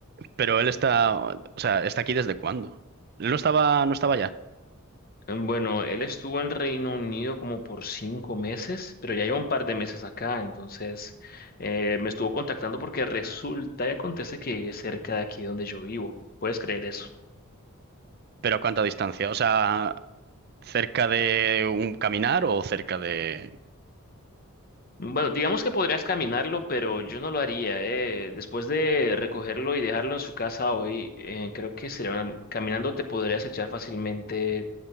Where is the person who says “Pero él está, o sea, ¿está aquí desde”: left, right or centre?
Right